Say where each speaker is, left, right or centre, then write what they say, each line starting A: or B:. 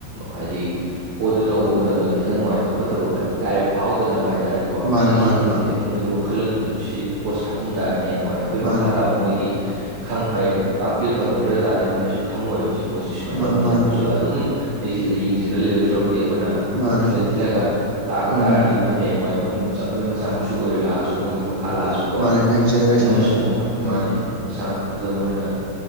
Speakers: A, on the right (about 55°); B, on the right (about 25°).
A: ꯍꯥꯏꯗꯤ ꯄꯣꯠꯇꯨ ꯇꯧꯕ ꯃꯇꯝꯗ ꯈꯤꯇꯪ ꯅꯨꯡꯉꯥꯏꯇꯕ ꯈꯣꯠꯇꯕ ꯈ ꯏꯀꯥꯏꯕ ꯐꯥꯎꯗꯅꯕ ꯍꯥꯏꯇꯥꯔꯦꯣ ꯀꯣ
B: ꯃꯥꯅꯦ
A: ꯁꯤ ꯁꯦꯡꯕꯕꯁꯤ
B: ꯃꯥꯅꯦ ꯃꯥꯅꯦ
A: ꯍꯥꯏꯗꯤ ꯃꯣꯏꯗ ꯋꯥꯈꯜꯂꯣꯟꯗꯨꯁꯨ ꯁꯤꯦ ꯄꯣꯠꯁꯦ ꯍꯥꯞꯆꯤꯟ ꯇꯥꯔꯗꯤ ꯍꯌꯦꯡꯉꯑꯣꯏꯦꯕ ꯑꯩꯈꯣꯏ
B: ꯃꯥꯅꯦ
A: ꯃꯈꯥ ꯇꯥꯕ ꯃꯣꯏꯗꯤ ꯈꯪ ꯍꯥꯏ ꯇꯥꯛꯄꯤꯌꯨ ꯇꯝꯍꯧꯗ꯭ꯔꯕ ꯇꯥꯔꯗꯤ ꯃꯣꯏ ꯀꯩꯁꯨ ꯈꯪꯉꯣꯏꯕ ꯄꯣꯠꯁꯦ ꯁꯨꯃꯥꯏꯅ
B: ꯃꯥ-
A: ꯇꯧꯅꯤꯅ
B: ꯃꯥꯅꯦ
A: ꯃꯣꯏꯁꯨꯦ ꯑꯗꯨꯝꯜꯂ ꯌꯦꯡꯁꯤꯜꯂ ꯂꯩꯔ ꯁꯔꯛꯇꯤ ꯑꯩꯈꯣꯏꯅ
B: ꯃꯥꯅꯦ
A: ꯈꯨꯠ ꯊꯤꯜꯂ ꯊꯤꯜꯂꯒ ꯇꯥꯛꯑ
B: ꯎꯝ
A: ꯇꯥꯔꯗꯤ ꯃꯣꯏ ꯍꯌꯦꯡꯋꯥꯏ ꯃꯣꯏ ꯃꯣꯏ ꯃꯆꯥ ꯃꯁꯨ ꯑꯣꯏꯔꯦ ꯂꯥꯛꯑ ꯁꯨ ꯃꯣꯏꯒꯤ ꯃꯈꯥ ꯂꯥꯛꯑꯁꯨ ꯀꯣ
B: ꯃꯥꯅꯦ ꯅꯦꯛꯁ ꯖꯦꯅꯦꯔꯦꯁꯟꯗ
A: ꯑꯗꯨ ꯃꯣꯏꯅꯁꯨ ꯑꯃꯨꯛ ꯇꯥꯛꯄꯤ
B: ꯎꯝ
A: ꯃꯥꯅꯤ ꯃꯁꯥ ꯑꯗꯨꯗ ꯃꯣꯏꯅ